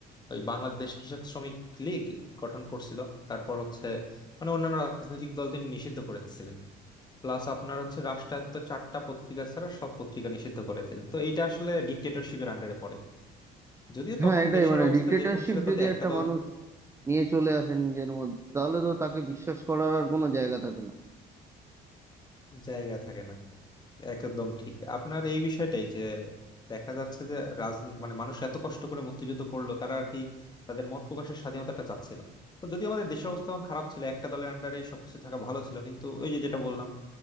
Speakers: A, on the left (about 25°); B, on the right (about 15°).
A: ওই বাংলাদেশ কৃষক শ্রমিক লীগ গঠন করছিল তারপর হচ্ছে মানে অন্যান্য রাজনৈতিক দল তিনি নিষিদ্ধ করে দিছিলেন প্লাস আপনার হচ্ছে রাষ্ট্রায়ত্ত চারটা পত্রিকা ছাড়া সব পত্রিকা নিষিদ্ধ করে দিলেন তো এটা আসলে ডিক্টেটরশিপের আন্ডারে পড়ে যদিও
B: হ্যাঁ
A: তখন
B: এটাই
A: দেশের
B: মানে
A: অবস্থা
B: ডিক্টেটরশিপ
A: যেরকম ছিল তাতে
B: যদি
A: একটা
B: একটা
A: দল
B: মানুষ নিয়ে চলে আসেন নিজের মধ্যে তাহলে তো তাকে বিশ্বাস করার আর কোনো জায়গা থাকে না
A: জায়গা থাকে না একদম ঠিক আপনার এই বিষয়টাই যে দেখা যাচ্ছে যে রাজনীতি মানে মানুষ এত কষ্ট করে মুক্তিযুদ্ধ করলো তারা আর কি তাদের মত প্রকাশের স্বাধীনতাটা চাচ্ছিল তো যদি আমাদের দেশের অবস্থা তখন খারাপ ছিল একটা দলের আন্ডারে সবকিছু থাকা ভালো ছিল কিন্তু ওই যে যেটা বললাম